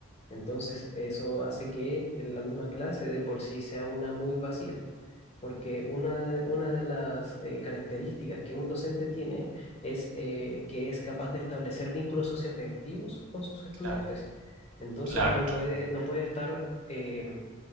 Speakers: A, on the left (about 30°); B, on the right (about 80°).
A: Entonces, eso hace que la misma clase de por sí sea una muy vacía porque una de, una de las eh, características que un docente tiene es eh, que es capaz de establecer vínculos socioafectivos con sus estudiantes.
B: Claro,
A: Entonces
B: claro,
A: no
B: claro.
A: puede, no puede estar eh,